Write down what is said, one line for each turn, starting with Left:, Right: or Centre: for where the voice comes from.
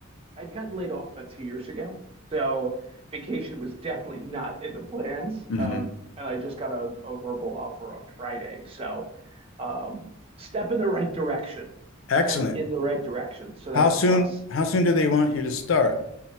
Right: I'd gotten laid off about two years ago, so vacation was definitely not in the plans.
Left: hmm
Right: Um, and I just got a, a verbal offer on Friday, so um, step in the right direction.
Left: Excellent.
Right: Step in the right direction, so that's
Left: How soon
Right: a plus.
Left: how soon do they want you to start?